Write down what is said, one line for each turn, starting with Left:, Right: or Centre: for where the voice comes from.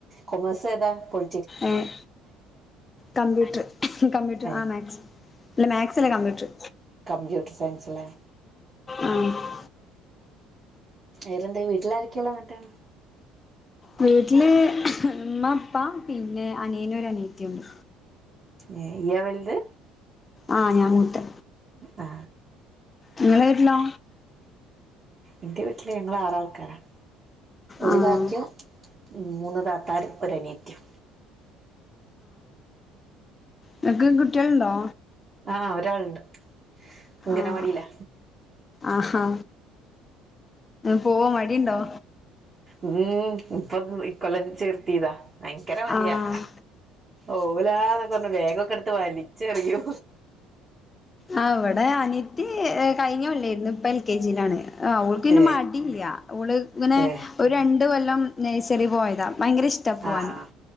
Right: കൊമേഴ്സേതാ? കൊമ്
Left: ഏഹ് കമ്പ്യൂട്ടർ കമ്പ്യൂട്ടർ
Right: ഏ
Left: ആ മാക്സ് ഇല്ല, മാത്സ് അല്ല, കമ്പ്യൂട്ടർ.
Right: കമ്പ്യൂട്ടർ സയൻസല്ലേ?
Left: ആ.
Right: ഇവരെന്താ വീട്ടിലാരക്കയാള്ളെന്നിട്ട്.
Left: വീട്ടില് ഇമ്മ ഇപ്പ പിന്നെ അനിയനു ഒരു അനിയത്തിയുണ്ട്.
Right: ഏഹ് ഇയ്യാ വല്ത്?
Left: ആഹ് ഞാൻ മൂത്തെ.
Right: ആ
Left: ഇങ്ങളെ വീട്ടിലോ?
Right: ഇന്റെ വീട്ടില് ഞങ്ങൾ ആറാൾക്കാരാണ്. ഒരു
Left: ആഹ്
Right: കാക്കയും മൂന്ന്, താത്താരും, ഒരഅനിയത്യം.
Left: നിനക്ക് കുട്ട്യേള്ണ്ടോ?
Right: ആഹ് ഒരാള്ണ്ട്. അങ്കനവാടീലാ.
Left: ആഹ് ആഹാ പോവാൻ മടിയുണ്ടോ?
Right: ഉം ഇപ്പൊ ഇക്കൊല്ലം ചേർത്തീതാ. ഭയങ്കര മടിയാ
Left: ആഹ്
Right: ഓല, എന്നൊക്കെ, പററഞ്ഞു, വേഗൊക്കെ, എടുത്ത്, വലിച്ചെറിയു
Left: ആ ഇവിടെ അനിയത്തി കഴിഞ്ഞേ ഉള്ളേര്ന്നു. ഇപ്പൊ എൽ കെ ജി യിലാണ്. ആ, അവൾക്കിന്നെ,
Right: ഏ
Left: മടിയില്ല, അവള്, ഇങ്ങനെ,
Right: ഏ
Left: ഒരു രണ്ട് കൊല്ലം, നേഴ്ച്ചറി, പോയതാ ഭയങ്കര, ഇഷ്ടാ പോവാന്,
Right: ആഹ്